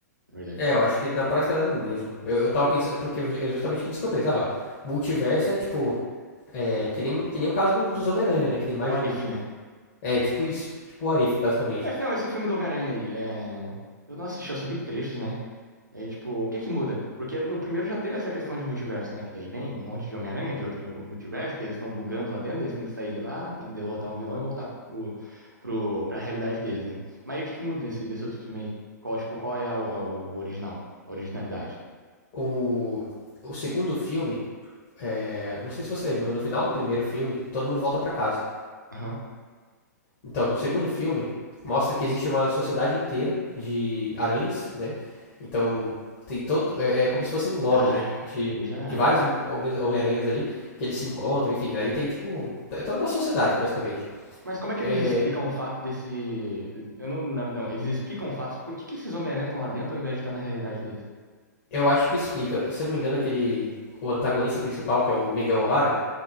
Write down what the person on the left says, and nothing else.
É, eu acho que na prática dá no mesmo. Eu, eu tava pensando, porque eu- é justamente isso que eu pensei. Ah, multiverso é tipo. É, que nem, que nem o caso do- dos Homem-Aranha, né? Que tem mais
de um
É, tipo isso. Tipo o Arif, basicamente.
O, o segundo filme, é, não sei se você lembra, mas no final do primeiro filme, todo mundo volta pra casa.
Então, no segundo filme, mostra que existe uma sociedade inteira de aranhas, né? Então, tem todo. É, é como se fosse um lobby,
né? De,
de vários Home- Homem-Aranhas ali, que eles se encontram, enfim. Daí tem, tipo. É toda uma sociedade, basicamente.
É,
eu acho que explica. Se eu não me engano, aquele. O antagonista principal, que é o Miguel O'Hara,